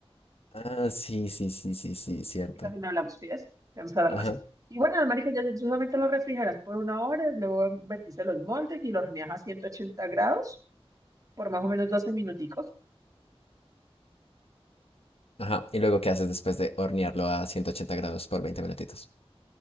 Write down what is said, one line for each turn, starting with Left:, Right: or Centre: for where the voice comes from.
Left: Ah, sí, sí, sí, sí, sí, cierto.
Right: Y Casi no hablamos, ¿sí ves? Ya vamos a dar
Left: Ajá,
Right: más. Y bueno, las maricas ya ya solamente lo refrigeras por una hora, luego vertiste los moldes y lo horneas a 180 grados por más o menos doce minuticos.
Left: ajá. ¿Y luego qué haces después de hornearlo a 180 grados por veinte minutitos?